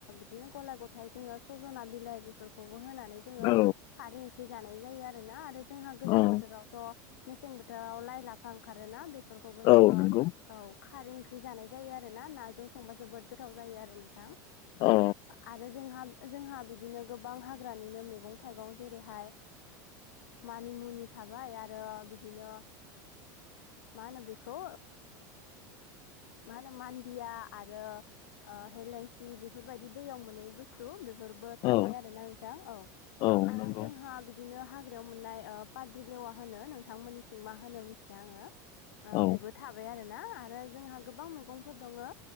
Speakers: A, on the left; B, on the left.
A: बिदिनो गला गथाय जोङो सज'ना बिलाइ बिफोरखौबो होनानै जोङो
B: औ
A: खारै फ्रि जानाय जायो आरोना आरो जोंहा गोजां
B: औ
A: बोथोरावथ' मेसें बोथोराव लाइ लाफा ओंखारोना बे खौबो जोङो
B: औ
A: औ
B: नंगौ
A: खारै ओंख्रि जानाय जायो आरो ना नाजों संबा जोबोद गोथाव जायो आरो नोंथां।
B: औ
A: आरो जोंहा जोंहा बिदिनो गोबां हाग्रानिनो मैगं थाइगं जेरैहाय मानि मुनि थाबाय आरो बिदिनो मा होनो बेखौ मा होनो मान्दिया आरो हेलेंसि बेफोरबायदि दैयाव मोनै बुस्थु बे बेफोरबो थाबाय
B: औ
A: आरोना नोंथां औ
B: औ
A: आरो
B: नंगौ
A: जोंहा बिदिनो हाग्रायाव मोननाय ओ पाद्रि लेवा होनो नोंथांमोननिथिं मा होनो मिथिया आङो
B: औ
A: बेबो थाबाय आरो ना जोंहा गोबां मैगंफोर दङो